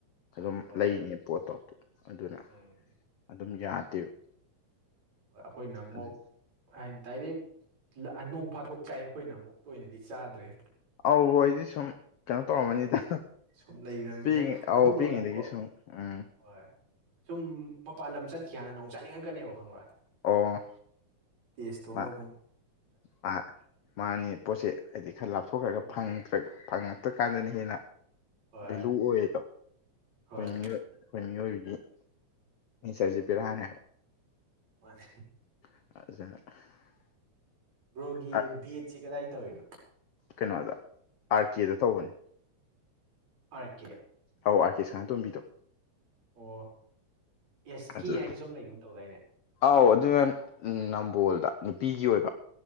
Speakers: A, on the left; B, on the right.
A: ꯑꯗꯨꯝ
B: ꯍꯣꯏ
A: ꯂꯩꯅꯤ ꯄꯣꯠꯇꯣ ꯑꯗꯨꯅ
B: ꯎꯝ
A: ꯑꯗꯨꯝ ꯌꯥꯗꯦꯕ
B: ꯑꯈꯣꯏꯅ ꯑꯃꯨꯛ
A: ꯑꯗꯨ
B: ꯍꯥꯏ ꯗꯥꯏꯔꯦꯛ ꯅꯣꯡ ꯐꯥꯗꯣꯛ ꯆꯥꯏ ꯑꯩꯈꯣꯏꯅ ꯑꯃꯨꯛ ꯇꯣꯏꯅꯗꯤ ꯆꯥꯗꯔꯦ
A: ꯑꯧ <unintelligible> ꯁꯨꯝ ꯀꯩꯅꯣ ꯇꯧꯔꯝꯃꯅꯤꯗ
B: ꯎꯝ ꯁꯨꯝ ꯂꯩꯈ꯭ꯔꯃꯤꯅ
A: ꯄꯤ ꯑꯥꯎ
B: ꯑꯗꯨꯒ
A: ꯄꯤꯛꯏꯉꯩꯗꯒꯤ
B: ꯑꯃꯨꯛꯀꯣ
A: ꯁꯨꯝ ꯎꯝ
B: ꯍꯣꯏ ꯁꯨꯝ ꯃꯄꯥꯟ ꯂꯝ ꯆꯠꯈꯤ ꯉꯥꯏꯗꯅ ꯑꯃꯨꯛ ꯆꯥꯅꯤꯡꯉꯛꯀꯅꯦꯕ ꯈꯪꯕ꯭ꯔꯥ
A: ꯑꯣ
B: ꯇꯦꯁꯇꯣ ꯑꯃꯨꯛꯀ
A: ꯃꯥ ꯃꯥ ꯃꯥꯅꯤ ꯄꯣꯠꯁꯦ ꯍꯥꯏꯗꯤ ꯈꯔ ꯂꯥꯞꯊꯣꯛꯈꯔꯒ
B: ꯎꯝ
A: ꯐꯪꯗ꯭ꯔꯥ ꯐꯪ ꯗꯀꯥꯟꯗꯅꯤ ꯍꯦꯟꯅꯥ
B: ꯍꯣꯏ
A: ꯚꯦꯂꯨ ꯑꯣꯏꯗꯣ ꯑꯩꯈꯣꯏ
B: ꯍꯣꯏ
A: ꯃꯤꯑꯣꯏ ꯑꯩꯈꯣꯏ ꯃꯤꯑꯣꯏꯕꯒꯤ
B: ꯎꯝ
A: ꯅꯤꯆꯔꯁꯦ ꯕꯦꯔꯥꯅꯦ ꯍꯥꯏꯕ
B: ꯃꯥꯅꯦ
A: <unintelligible>
B: ꯕ꯭ꯔꯣꯒꯤ
A: ꯑ
B: ꯚꯦꯠꯁꯤ ꯀꯗꯥꯏ ꯇꯧꯔꯤꯅꯣ
A: ꯀꯩꯅꯣꯗ ꯑꯥꯔ ꯀꯦꯗ ꯇꯧꯕꯅꯤ
B: ꯑꯥꯔ ꯀꯦ
A: ꯑꯧ ꯑꯥꯔ ꯀꯦ ꯁꯥꯅꯇꯣꯝꯕꯤꯗꯣ
B: ꯑꯣ ꯑꯦꯁ
A: ꯑꯗꯨ
B: ꯀꯦ ꯍꯥꯏꯅꯁꯨ ꯑꯃ ꯂꯩꯒꯨꯝ ꯇꯧꯗꯥꯏꯅꯦ
A: ꯑꯧ ꯑꯗꯨꯅ ꯅꯝꯕꯣꯜꯗ ꯅꯨꯄꯤꯒꯤ ꯑꯣꯏꯕ